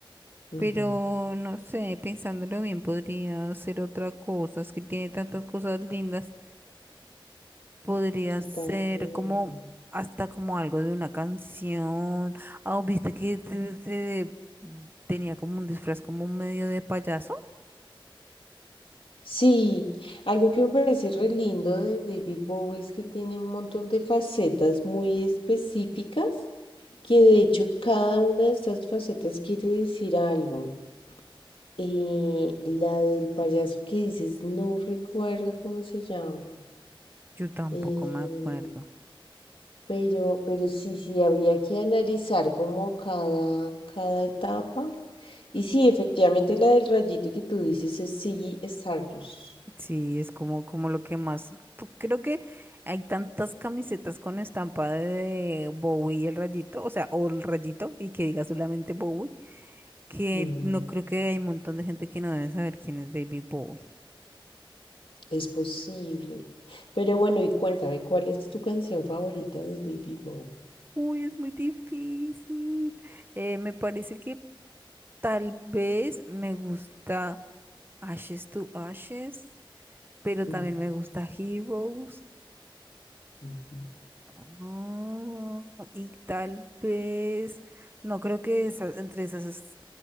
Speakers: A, on the left (about 75°); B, on the right (about 25°).
A: Ujú.
B: Pero no sé, pensándolo bien, podría ser otra cosa. Es que tiene tantas cosas lindas. Podría
A: Totalmente.
B: ser como hasta como algo de una canción. Ah, ¿viste que se- se- tenía como un disfraz como medio de payaso?
A: Sí, algo que me parece re lindo de David Bowie es que tiene un montón de facetas muy específicas que de hecho cada una de estas facetas quiere decir algo. Eh, la del payaso que dices, no recuerdo cómo se llama.
B: Yo tampoco
A: eh,
B: me acuerdo.
A: pero, pero sí, sí, habría que analizar como cada, cada etapa. Y sí, efectivamente la del rayito que tú dices es sí, Stardust.
B: Sí, es como, como lo que más. tú- Creo que hay tantas camisetas con estampa de Bowie y el rayito, o sea, o el rayito y que diga solamente Bowie. que
A: Mm,
B: no creo que hay un montón de gente que no debe saber quién es David Bowie.
A: es posible. Pero bueno, y cuéntame, ¿cuál es tu canción favorita de Baby Boy?
B: Uy, es muy difícil. Eh, me parece que tal vez me gusta Ashes to Ashes, pero
A: Ujú,
B: también me gusta Heroes.
A: ujú.
B: Ah, y tal vez, no creo que esas, entre esas, es-